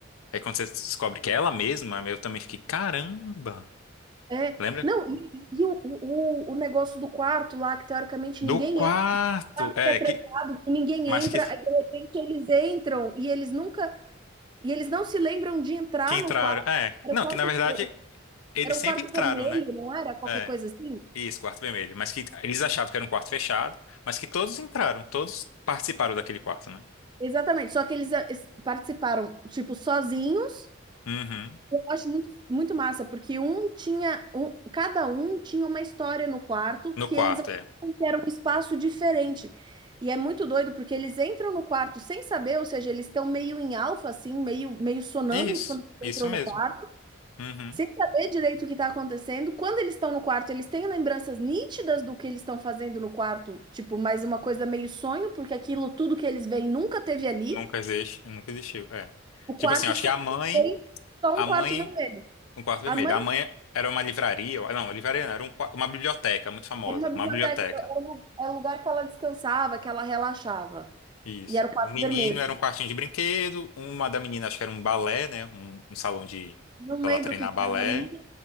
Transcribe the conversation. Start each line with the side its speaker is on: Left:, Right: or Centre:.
Left: Aí quando você descobre que é ela mesma, eu também fiquei, caramba!
Right: É.
Left: Lembra?
Right: Não, e, e o, o, o negócio do quarto lá, que teoricamente
Left: Do
Right: ninguém
Left: quarto!
Right: quarto
Left: É,
Right: que é trancado,
Left: que.
Right: que ninguém
Left: Mas
Right: entra,
Left: que,
Right: aí de repente eles entram e eles nunca, e eles não se lembram de entrar
Left: que entraram.
Right: no quarto.
Left: É.
Right: Era,
Left: Não,
Right: o quarto,
Left: que na verdade eles
Right: era um
Left: sempre
Right: quarto
Left: entraram,
Right: vermelho,
Left: né?
Right: não era? Qualquer
Left: É.
Right: coisa assim.
Left: Isso, quarto vermelho. Mas que eles achavam que era um quarto fechado, mas que todos entraram, todos participaram daquele quarto, né?
Right: Exatamente, só que eles eh, es- participaram, tipo, sozinhos.
Left: Uhum.
Right: Eu acho muito, muito massa, porque um tinha, um, cada um tinha uma história no quarto
Left: No
Right: que
Left: quarto,
Right: eles achavam
Left: é.
Right: que era um espaço diferente. E é muito doido, porque eles entram no quarto sem saber, ou seja, eles estão meio em alfa, assim, meio, meio sonâmbulos
Left: Isso,
Right: quando eles
Left: isso
Right: entram
Left: mesmo.
Right: no quarto.
Left: Uhum.
Right: sem saber direito o que está acontecendo. Quando eles estão no quarto, eles têm lembranças nítidas do que eles estão fazendo no quarto, tipo, mais uma coisa meio sonho, porque aquilo tudo que eles veem nunca teve ali.
Left: Nunca existe, nunca existiu, é.
Right: O
Left: Tipo
Right: quarto
Left: assim, acho
Right: sempre
Left: que a mãe,
Right: foi só
Left: a
Right: um quarto
Left: mãe,
Right: vermelho.
Left: um quarto vermelho,
Right: A mãe
Left: a mãe era uma livraria, ou- não, livraria não, era um qua- uma biblioteca muito famosa,
Right: era uma biblioteca,
Left: uma biblioteca,
Right: era era o era o lugar que ela descansava, que ela relaxava.
Left: isso.
Right: E era o quarto
Left: O menino
Right: vermelho.
Left: era um quartinho de brinquedo, uma da menina acho que era um balé, né, um, um salão de,
Right: Não
Left: pra
Right: lembro
Left: ela treinar
Right: o que que
Left: balé,
Right: era da menina.